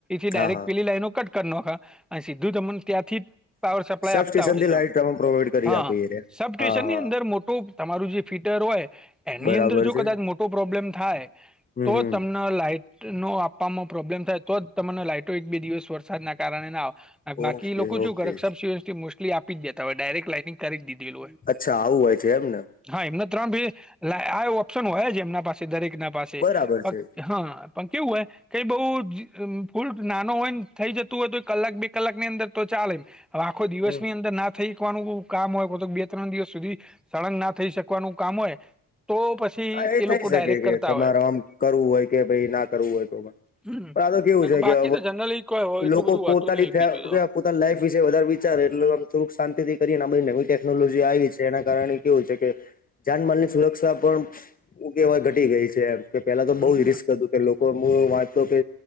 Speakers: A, in the centre; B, on the left (about 30°).
A: ડાયરેક
B: હા હા
A: પેલી લાઈનો કટ કર ના અને સીધું ત. ત્યાંથી પાવર સપ્લાય
B: સબ
A: આપતા
B: સ્ટેશન
A: હોય
B: થી
A: છે
B: લાઈટ તમે પ્રોવાઈડ કરી
A: હા
B: આપો એ રહ્યા.
A: સબ સ્ટેશનની
B: હા હા
A: અંદર મોટું. તમારું જે ફીટર હોય એની
B: બરાબર
A: અંદર જો કદાચ
B: છે
A: મોટો પ્રોબ્લેમ થાય
B: હમ
A: તો
B: હમ
A: તમને લાઈટ. નો આપવામાં પ્રોબ્લેમ થાય તો જ તમને લાઈટો એક બે દિવસ વરસાદના કારણે ના આવે બાકી
B: ઓકે
A: લોકો શું
B: ઓકે
A: કરરેબ મોસ્ટલી આપી જ દેતા હોય ડાયરેક લાાઈનિંગ કરી દીધેલુંય
B: અચ્છા આવું હોય છે એમને
A: હા એમના ત્રણ બે લ આ ઓપ્શન હોય છે એમના પાસે દરેક ના પાસે
B: બરાબર છે
A: હા પણ કેવું હોય કઈ બઉ ઉલ નાનો હોય ને થઈ જતું હોય તો કલાક બે કલાક ની અંદર તો ચાલે આખો દિવસની
B: હમ
A: અંદર ના થઈ શવાનું કામ હોય બે ત્રણ દિવસ સુધી સળંગ ના થઈ શકવાનું કામ હોય તો પછી
B: હા એ થઈ
A: લોકો
B: શકે
A: ડાયરેક્ટ
B: કે
A: કરતા
B: તમારે
A: હોય
B: આમ કરવું હોય કે ભ ના કરવું હોય તો
A: હમ્મ.
B: પણ આ કેવું છે
A: બાકી
B: કે
A: તો જનરલી કોઈ હોય એટલું
B: લોકો
A: બધું
B: પોતાની
A: હોતું નહિ બીજું તો
B: પોતાની લાઈફ વિશે વધારે વિચારે એટલે થોડુંક શાંતિથી કરીએને આ બધી નવી ટેકનોલોજી આવી છે એના કારણે કેવું છે કે જાનમાલની સુરક્ષા પણ એ કેહેવાય ઘટી ગઈ છેમ કે પેલા તો બહુ
A: હમ
B: જ રિસ્ક હતું કે લોકો હ વાંચતો કે